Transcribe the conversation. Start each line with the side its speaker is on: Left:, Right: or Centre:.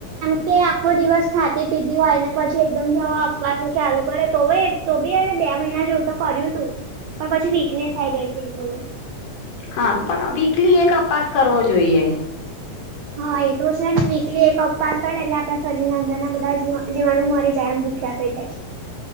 Right: તે આખો દિવસ ખાતી પીધી હોય ને પછી એકદમ જવા આવવાનું સીધું અને તો યે તો બી એને બે મહિના જેવું તો કર્યું તું પણ પછી વીકનેસ આઈ ગઈ તી.
Left: હા પણ વીકલી એક અપાસ કરવો જોઈએ.
Right: હા એ તો છે ને વીકલી એક અપસ કરે એટલે આપણા શરીરના અંદરના બધા જીવાણુ મરી જાય એમ ભૂખ્યા પેટે. <inaudible>